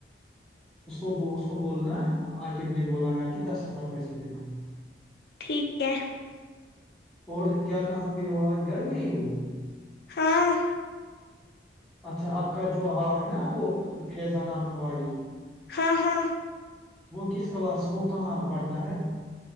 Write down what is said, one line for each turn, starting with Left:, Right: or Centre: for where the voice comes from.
Centre: اس کو اس کو بولنا عقب نے بولا ہے کہ دس ہزار پیسے دینا
Left: ٹھیک ہے <unintelligible>
Centre: اور کیا کہاں ہو آج گھر نہیں ہو
Left: ہاں <unintelligible>
Centre: اچھا آپ کا جو آ ہے نا وہ پیضانا آپ کا بھائی
Left: ہاں ہاں <unintelligible>
Centre: وہ کس کلاس وہ کہاں پڑھتا ہے